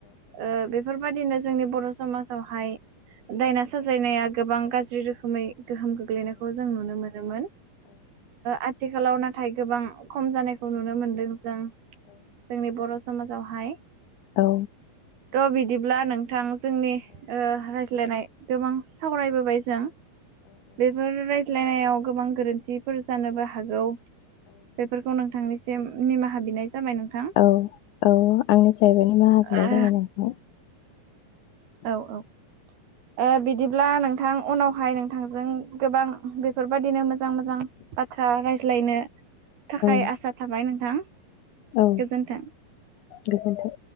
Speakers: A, on the right (about 85°); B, on the left (about 80°).
A: ओ बेफोरबायदिनो जोंनि बर' समाजावहाय दायना साजायनाया गोबां गाज्रि जि रोखोमै गोहोम गोग्लैनाय खौ जों नुनो मोनोमोन आ थिखालाव नाथाय गोबां खम जानायखौ नुनो मोनदों जों जोंनि बर' समाजावहाय
B: औ
A: थ' बिदिब्ला नोंथां जोंनि ओ रायज्लायनाय गोबां सावरायबोबाय जों बे रायज्लायनायाव गोबां गोरोन्थिफोर जानोबो हागौ बेफोरखौ नों थांनोसै सिम निमाहा बिनाय जाबाय नोंथां
B: औ औ आंनिफ्रायबो निमाहा
A: ओ
B: बिनाय जाबाय आोंाय
A: औ औ बिदिब्ला नोंथां उनावहाय नोंथांजों गोबां बेफोरबायदिनो मोजां मोजां बाथ्रा रायज्लायनो थाखाय
B: औ
A: आसा थाबाय नोंथां
B: औ
A: गोजोन्थों।
B: गोजोन्थों